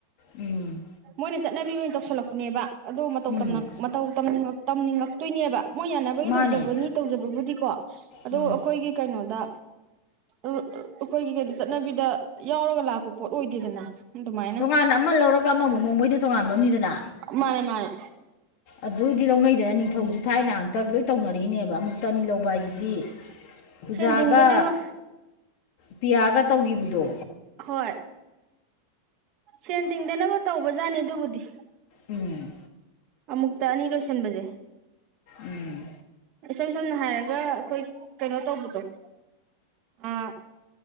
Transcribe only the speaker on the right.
ꯃꯣꯏꯅ ꯆꯠꯅꯕꯤ ꯑꯣꯏꯅ ꯇꯧꯁꯜꯂꯛꯄꯅꯦꯕ ꯑꯗꯣ
ꯃꯇꯧ ꯇꯝꯅꯤꯡꯉꯛꯇꯣꯏꯅꯦꯕ ꯃꯣꯏ ꯌꯥꯅꯕꯒꯤ
ꯇꯧꯖꯕꯅꯤ ꯇꯧꯖꯕꯕꯨꯗꯤꯀꯣ ꯑꯩꯈꯣꯏꯒꯤ
ꯑꯗꯣ ꯀꯩꯅꯣꯗ ꯑꯩꯈꯣꯏꯒꯤ ꯀꯩꯅꯣ ꯆꯠꯅꯕꯤꯗ ꯌꯥꯎꯔꯒ ꯂꯥꯛꯄ ꯄꯣꯠ ꯑꯣꯏꯗꯦꯗꯅ ꯑꯗꯨꯃꯥꯏꯅ
ꯃꯥꯅꯦ ꯃꯥꯅꯦ
ꯁꯦꯟ ꯇꯤꯡꯗꯅꯕ
ꯍꯣꯏ ꯁꯦꯟ ꯇꯤꯡꯗꯅꯕ ꯇꯧꯕꯖꯥꯠꯅꯤ ꯑꯗꯨꯕꯨꯗꯤ
ꯑꯃꯨꯛꯇ ꯑꯅꯤ ꯂꯣꯏꯁꯟꯕꯁꯦ
ꯏꯁꯝ ꯁꯝꯅ ꯍꯥꯏꯔꯒ ꯑꯩꯈꯣꯏ ꯀꯩꯅꯣ ꯇꯧꯕꯗꯣ ꯑꯥ